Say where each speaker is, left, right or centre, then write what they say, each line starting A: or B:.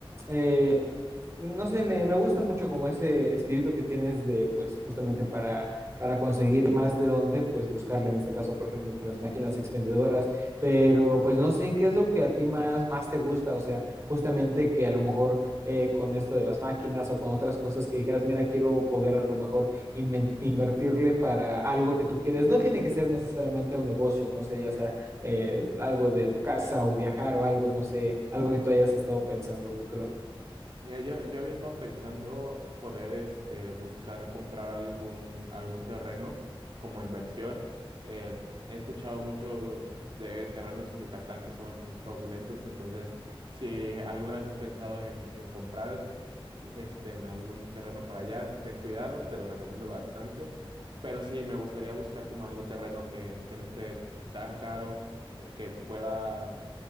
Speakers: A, on the right; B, on the right.
A: eh, no sé, me, me gusta mucho como ese espíritu que tienes de pues justamente para, para conseguir más de dónde pues buscarle, en este caso, por ejemplo, con las máquinas expendedoras. Pero pues no sé, ¿qué es lo que a ti más, más te gusta? O sea, justamente que a lo mejor eh, con esto de las máquinas o con otras cosas que dijeras, mira, quiero poder a lo mejor inven- invertirle para algo que tú quieres. No tiene que ser necesariamente un negocio, no sé, ya sea eh, algo de tu casa o viajar o algo, no sé, algo que tú hayas estado pensando a futuro.
B: Mira, yo, yo había estado pensando poder este, buscar comprar algún, algún terreno como inversión. Eh, he escuchado mucho de terrenos en Yucatán que son fraudulentos, entonces si alguna vez has pensado en, en comprar este, en algún terreno por allá, ten cuidado, te lo recomiendo bastante. Pero sí, me gustaría buscar como algún terreno que, que no esté tan caro, eh, que pueda